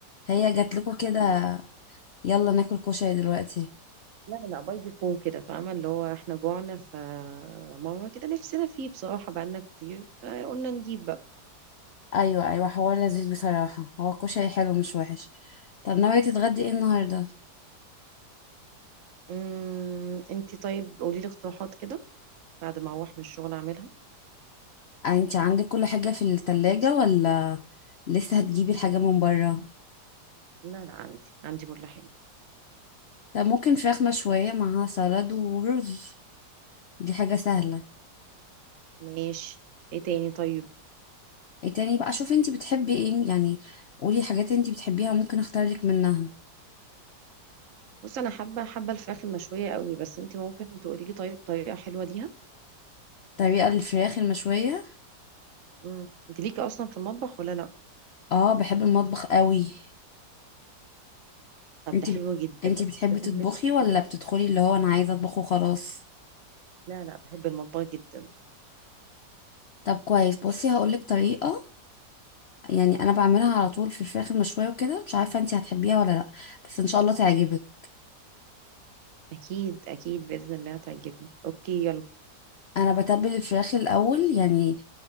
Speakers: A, on the left (about 85°); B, on the right (about 55°).
A: هي جاتلكوا كده
B: لا
A: يلا ناكل كشري دلوقتي؟
B: لا لا باي ديفو كده فاهمه اللي هو احنا جوعنا فمره كده نفسنا فيه بصراحه بقالنا كتير فقلنا نجيب بقى
A: ايوه ايوه حوار لذيذ بصراحة هو الكشري حلو مش وحش طب ناوية تتغدي ايه النهاردة؟
B: امم انت طيب قولي لي اقتراحات كده بعد ما اروح من الشغل اعملها
A: آه، انتي عندك كل حاجة في التلاجة ولا لسه هتجيبي الحاجة من برا؟
B: لا لا عندي عندي كل حاجه
A: طب ممكن فراخ مشوية معاها سلطة ورز دي حاجة سهلة
B: ماشي ايه تاني طيب
A: إيه تاني بقى شوفي انتي بتحبي ايه يعني قولي حاجات انتي بتحبيها ممكن اختار لك منها
B: بص انا حابه حابه الفراخ المشويه قوي بس انت ممكن تقولي لي طيب طريقه حلوه ليها
A: طريقة الفراخ المشوية
B: مم. انت ليكي اصلا في المطبخ ولا لا
A: اه بحب المطبخ قوي
B: طب
A: انتي
B: ده حلو
A: بت...
B: جدا
A: انتي بتحبي
B: ده
A: تطبخي
B: في دماغي
A: ولا
B: أكيد.
A: بتدخلي اللي هو انا عايزة اطبخ وخلاص
B: لا لا بحب المطبخ جدا
A: طب كويس بصي هقولك طريقة يعني انا بعملها على طول في الفراخ المشوية وكده مش عارفة انتي هتحبيها ولا لا بس ان شاء الله تعجبك
B: اكيد اكيد باذن الله هتعجبني اوكي يلا
A: انا بتبل الفراخ الاول يعني